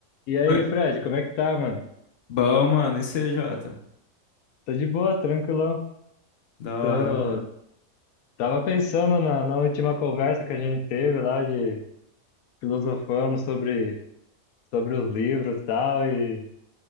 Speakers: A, on the left; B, on the left.
A: E aí,
B: Oi.
A: Fred, como é que tá, mano?
B: Bom, mano, e C J
A: Tô de boa, tranquilão.
B: Da
A: Tô...
B: hora, mano.
A: Tava pensando na, na última conversa que a gente teve lá, de filosofamos sobre, sobre os livros e tal, e,